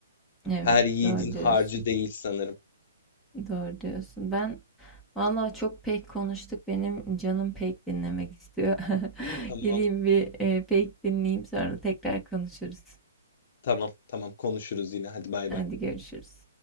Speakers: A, in the centre; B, on the left.
A: evet
B: her yiğidin
A: doğru diyorsun,
B: harcı değil sanırım.
A: doğru diyorsun. Ben vallahi çok pek konuştuk benim canım pek dinlemek istiyor. <laughs>
B: Tamam,
A: Gideyim bir e, pek dinleyeyim sonra tekrar konuşuruz.
B: tamam, tamam konuşuruz yine. Hadi bay
A: Hadi
B: bay.
A: görüşürüz.